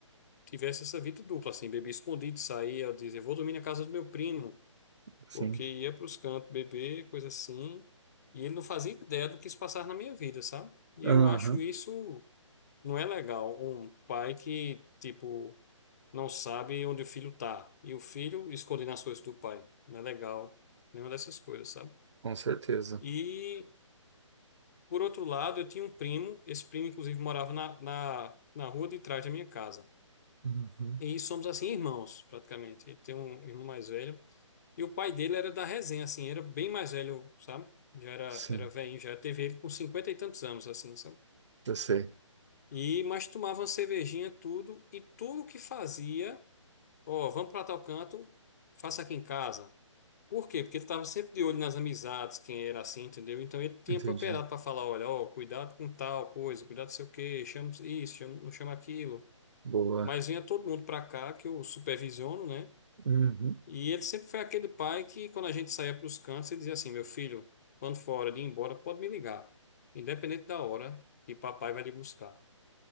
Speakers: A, on the left; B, on the right.
A: tivesse essa vida dupla, assim, bebia escondido, saía, eu dizia, vou dormir na casa do meu primo,
B: Sim.
A: porque ia para os cantos beber, coisa assim, e ele não fazia ideia do que isso passava na minha vida, sabe? E
B: Aham.
A: eu acho isso não é legal, um pai que, tipo, não sabe onde o filho tá, e o filho escondendo as coisas do pai, não é legal, nenhuma dessas coisas, sabe?
B: Com certeza.
A: E, por outro lado, eu tinha um primo, esse primo, inclusive, morava na, na, na rua de trás da minha casa.
B: Uhum.
A: E somos assim irmãos, praticamente. Ele tem um irmão mais velho. E o pai dele era da resenha, assim, era bem mais velho, sabe? Já era,
B: Sim,
A: era velhinho, já teve ele com cinquenta e tantos anos, assim, sabe?
B: eu sei.
A: E, mas tomava uma cervejinha, tudo, e tudo que fazia, ó, vamos pra tal canto, faça aqui em casa. Por quê? Porque ele estava sempre de olho nas amizades, quem era assim, entendeu? Então ele tinha
B: Entendi.
A: propriedade para falar, olha, ó, cuidado com tal coisa, cuidado não sei o quê, chama isso, chama, não chama aquilo.
B: Boa.
A: Mas vinha todo mundo para cá, que eu supervisiono, né?
B: Uhum.
A: E ele sempre foi aquele pai que, quando a gente saía para os cantos, ele dizia assim: Meu filho, quando for hora de ir embora, pode me ligar, independente da hora que papai vai lhe buscar.